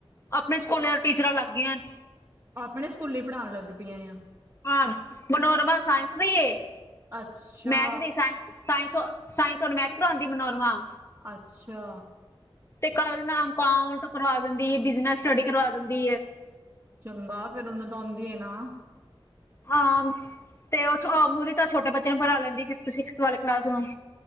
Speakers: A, on the left; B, on the right.
A: ਆਪਨੇ ਸਕੂਲੇ ਟੀਚਰਾਂ ਲਾਗੀਆਂ ਨੇ।
B: ਆਪਨੇ ਸਕੂਲੇ ਈ ਪੜਾਨ ਲੱਗ ਗਈਆਂ ਆਂ।
A: ਹਾਂ ਮਨੋਰਮਾ ਸਾਇੰਸ ਦੀ ਏ,
B: ਅੱਛਾ
A: ਮੈਥ ਦੀ ਸਾਇੰਸ ਸਾਇੰਸ-ਸਾਇੰਸ ਔਰ ਮੈਥ ਪੜਾਂਦੀ ਮਨੋਰਮਾ।
B: ਅੱਛਾ।
A: ਤੇ ਕਲ ਨਾਮ ਅਕਾਊਂਟ ਕਰਵਾ ਦਿੰਦੀ ਐ ਬਿਜਨਸ ਸਟੱਡੀ ਕਰਵਾ ਦਿੰਦੀ ਐ।
B: ਚੰਗਾ ਫੇਰ ਓਨੂੰ ਤਾਂ ਔਂਦੀ ਐ ਨਾ।
A: ਹਾਂ ਤੇ ਓ ਮੂਦੀ ਤਾਂ ਛੋਟੇ ਬੱਚੇਆਂ ਨੂੰ ਪੜਾ ਲੈਂਦੀ ਫਿਫਥ ਸਿਕਸ ਵਾਲੇ ਕਲਾਸ ਨੂੰ।